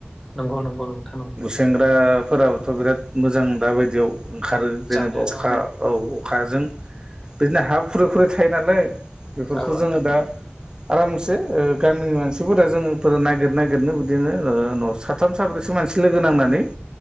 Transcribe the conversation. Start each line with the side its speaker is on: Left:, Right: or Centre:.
Centre: नंगौ नंगौ नंथा नंगौ।
Right: खुसेंग्राफोराबोथ' बिराद मोजां दाबायदियाव ओंखारो जेनेबा
Centre: जानो औ
Right: अखा औ अखाजों बिदिनो हा खुरै खुरै थायो नालाय बेफोरखौ
Centre: औ
Right: जोङो दा आरामसे ओ गामिनि मानसिफोरा जोङो नागिर नागिरनो बिदिनो ओ न' साथाम साब्रैसो मानसि लोगो नांनानै